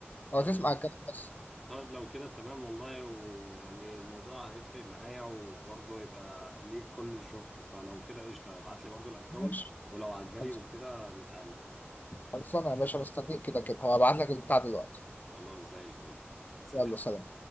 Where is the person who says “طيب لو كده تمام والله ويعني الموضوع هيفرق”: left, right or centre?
Centre